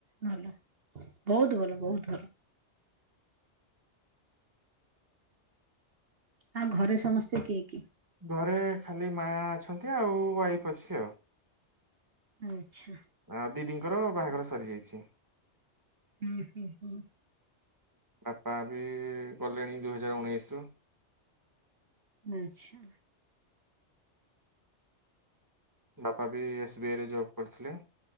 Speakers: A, on the right; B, on the right.
A: ଭଲ ବହୁତ ଭଲ ବହୁତ ଭଲ। ଆଉ ଘରେ ସମସ୍ତେ କିଏ କିଏ?
B: ଘରେ ଖାଲି ମା ଅଛନ୍ତି ଆଉ ୱାଇଫ ଅଛି ଆଉ।
A: ଆଚ୍ଛା।
B: ଆ ଦିଦିଙ୍କର ବାହାଘର ସରିଯାଇଛି।
A: ହୁଁ -ହୁଁ - ହୁଁ।
B: ବାପା ବି ଗଲେଣି ଦୁଇ ହଜାରେ ଉଣେଇଶି ରୁ।
A: ଆଛା।
B: ବାପା ବି ଏସ୍ ବି ଆଇ ରେ ଜବ୍ କରିଥିଲେ।